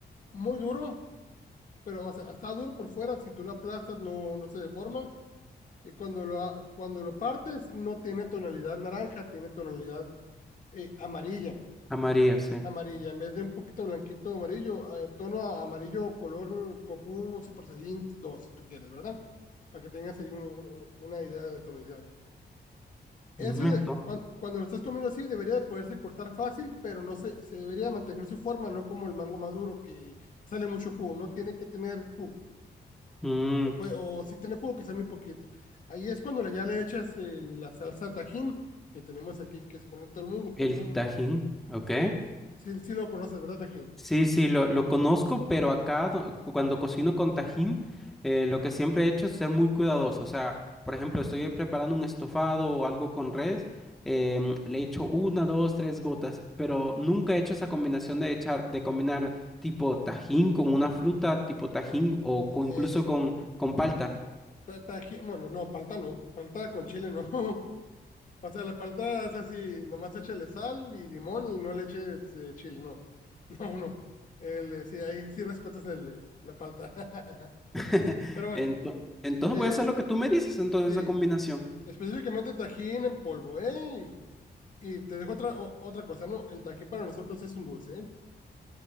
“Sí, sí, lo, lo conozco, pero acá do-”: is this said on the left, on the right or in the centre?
Centre